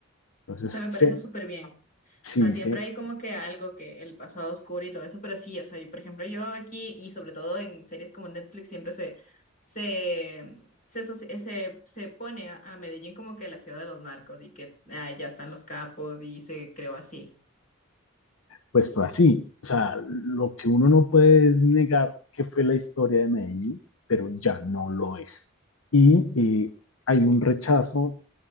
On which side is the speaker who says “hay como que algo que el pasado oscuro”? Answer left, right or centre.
Left